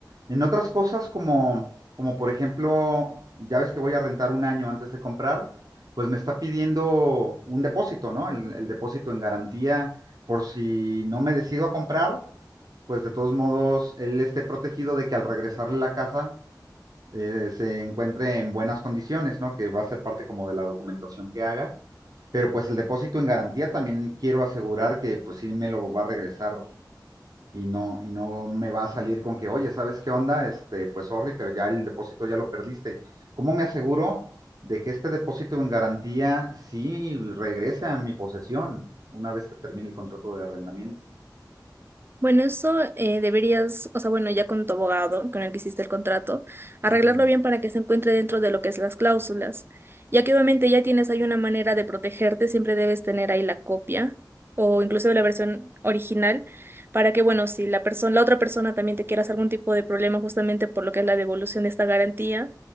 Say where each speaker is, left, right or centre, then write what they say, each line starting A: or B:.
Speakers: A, on the right; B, on the right.
A: En otras cosas como, como por ejemplo, ya ves que voy a rentar un año antes de comprar, pues me está pidiendo un depósito, ¿no? El, el depósito en garantía por si no me decido a comprar, pues de todos modos él esté protegido de que al regresarle la casa eh, se encuentre en buenas condiciones, ¿no? Que va a ser parte como de la documentación que haga. Pero pues el depósito en garantía también quiero asegurar que pues sí me lo va a regresar y no, y no me va a salir con que, oye, ¿sabes qué onda? Este, pues sorry, pero ya el depósito ya lo perdiste. ¿Cómo me aseguro de que este depósito en garantía sí regrese a mi posesión una vez que termine el contrato de arrendamiento?
B: Bueno, eso eh, deberías, o sea, bueno, ya con tu abogado con el que hiciste el contrato, arreglarlo
A: Ujú.
B: bien para que se encuentre dentro de lo que es las cláusulas. Ya que obviamente ya tienes ahí una manera de protegerte, siempre debes tener ahí la copia o incluso la versión original para que, bueno, si la persona, la otra persona también te quiera hacer algún tipo de problema justamente por lo que es la devolución de esta garantía,